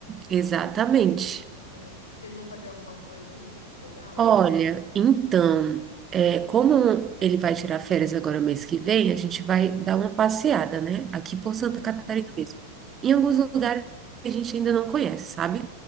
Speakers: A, on the right; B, on the left.
A: Exatamente.
B: É, vocês vão fazer alguma coisa aí de legal?
A: Olha, então, é, como ele vai tirar férias agora mês que vem, a gente vai dar uma passeada, né? Aqui por Santa
B: Uhum.
A: Catarina mesmo. Em alguns lugares que a gente ainda não conhece, sabe?